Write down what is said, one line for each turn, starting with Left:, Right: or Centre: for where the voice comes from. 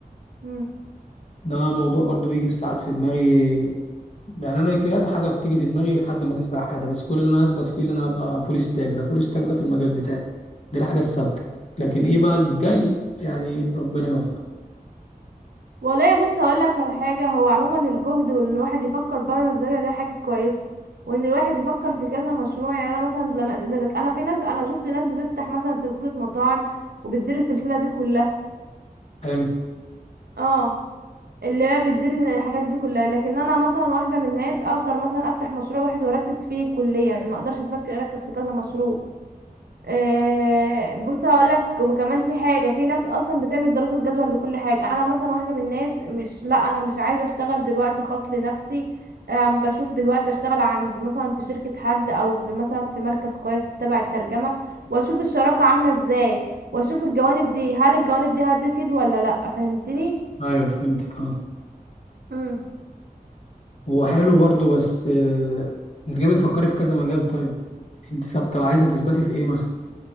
Right: أمم.
Left: ده موضوع برضو بيجي في ساعات في دماغي يعني انا كذا حاجه بتيجي في دماغي لحد ما تسبق حاجه بس كل اللي انا هثبت فيه اللي انا هبقى فول ستاك ده فول ستاك ده في المجال بتاعي دي الحاجه الثابته لكن ايه بقى اللي جاي يعني ربنا يوفق
Right: والله بص هقول لك على حاجه هو عموما الجهد وان الواحد يفكر بره الزاويه ده حاجه كويسه وان الواحد يفكر في كذا مشروع يعني انا مثلا لما ده ده- انا في ناس انا شفت ناس بتفتح مثلا سلسله مطاعم وبتدير السلسله دي كلها
Left: حلو
Right: اه اللي هي بتدير الحاجات دي كلها لكن انا مثلا واحده من الناس اقدر مثلا افتح مشروع واحد واركز فيه كليا ما اقدرش أسك- اركز في كذا مشروع آه، بص هقولك وكمان في حاجه في ناس اصلا بتعمل دراسه جدوى لكل حاجه انا مثلا واحده من الناس مش لا انا مش عايزه اشتغل دلوقتي خاص لنفسي أم بشوف دلوقتي اشتغل عند مثلا في شركه حد او في مثلا في مركز كويس تبع الترجمه واشوف الشراكه عامله ازاي واشوف الجوانب دي هل الجوانب دي هتفيد ولا لا فهمتني
Left: ايوه فهمتك اه
Right: مم.
Left: هو حلو برضه بس آه، انت جاي بتفكري في كذا مجال طيب انت ثابته وعايزه تثبتي في ايه مثلا